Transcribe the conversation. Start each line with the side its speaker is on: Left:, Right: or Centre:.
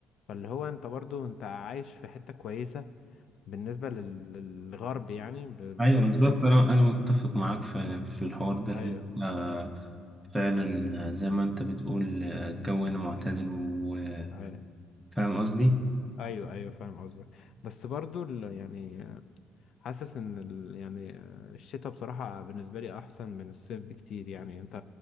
Left: فاللي هو انت برضو انت عايش في حتة كويسة بالنسبة لل- للغرب يعني ب-
Centre: ايوه
Left: بشكل
Centre: بالظبط انا انا متفق معاك في في الحوار ده اللي
Left: ايوه
Centre: انت فعلا آه، زي ما انت بتقول آه، الجو هنا معتدل وفاهم
Left: ايوه
Centre: قصدي
Left: ايوه ايوه فاهم قصدك بس برضو ال- يعني حاسس ان ال... يعني الشتاء بصراحة بالنسبة لي احسن من الصيف بكتير يعني انت